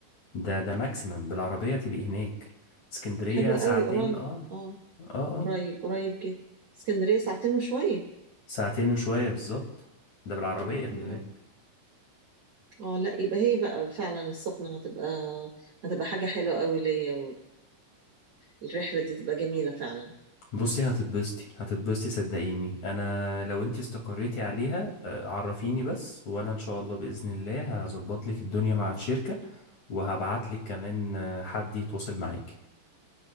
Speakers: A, on the left; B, on the right.
A: ده ده ماكسيمم بالعربية تبقي هناك اسكندرية
B: حلو
A: ساعتين
B: قوي قريب
A: اه
B: اه
A: اه اه
B: قريب قريب جدا اسكندريه ساعتين وشويه
A: ساعتين وشوية بالظبط ده بالعربية خلي
B: آه.
A: بالك
B: اه لا يبقى هي بقى فعلا السخنة هتبقى هتبقى حاجة حلوة قوي ليا والرحلة دي تبقى جميلة فعلا
A: بصي هتتبسطي هتتبسطي صدقيني انا لو انتي استقريتي عليها آه، عرفيني بس وانا ان شاء الله باذن الله هظبط لك الدنيا مع الشركه وهبعت لك كمان آه، حد يتواصل معاكي